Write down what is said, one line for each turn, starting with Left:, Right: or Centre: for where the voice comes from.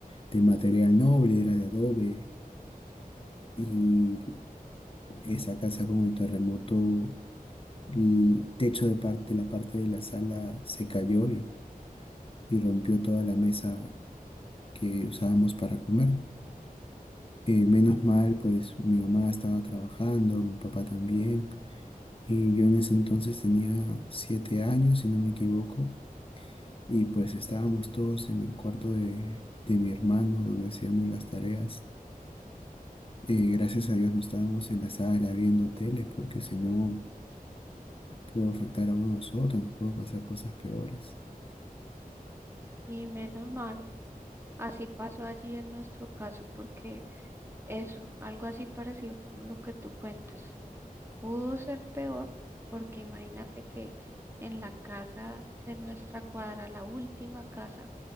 Left: de material noble, era de adobe y esa casa con el terremoto El techo de parte, de la parte de la sala se cayó y, y rompió toda la mesa que usábamos para comer. Eh, menos mal, pues mi mamá estaba trabajando, mi papá también, y yo en ese entonces tenía siete años, si no me equivoco, y pues estábamos todos en el cuarto de, de mi hermano donde hacíamos las tareas. Eh, gracias a Dios no estábamos en la sala viendo tele, porque si no pudo afectar a uno de nosotros, nos pudo pasar cosas peores.
Right: Y menos mal, así pasó allí en nuestro caso, porque eso, algo así parecido como lo que tú cuentas. Pudo ser peor porque imagínate que en la casa de nuestra cuadra, la última casa,